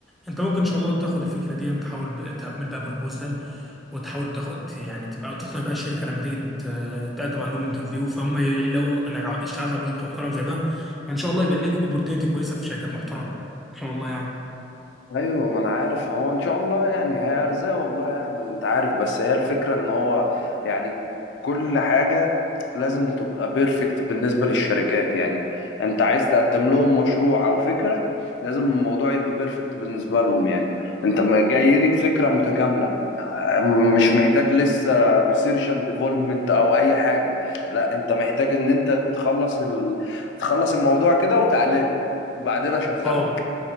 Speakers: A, in the centre; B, on the left.
A: انت ممكن ان شاء الله تاخد الفكره دي انت تحاول ب- تعمل بقى بروبوزال وتحاول تاخد يعني تبقى تقنع بقى الشركه لما تيجي ت- تقدم عندهم انترفيو فهم ي- لو انا عم- اشتغلت على بروجكت محترم زي ده ان شاء الله يبقى ليك اوبورتيونيتي كويسه في شركات محترمه ان شاء الله يعني
B: ايوه ما انا عارف هو ان شاء الله يعني هي ارزاق والله يا احمد انت عارف بس هي الفكره ان هو يعني كل حاجه لازم تبقى بيرفكت بالنسبه للشركات يعني انت عايز تقدم لهم مشروع او فكره لازم الموضوع يبقى بيرفكت بالنسبه لهم يعني انت ما جاي لي بفكره متكامله آه، مش محتاج لسه ريسيرش اند ديفلوبمنت او اي حاجه لا انت محتاج ان انت تخلص ال... تخلص الموضوع كده وتعالى لي بعدين اشغلك
A: اه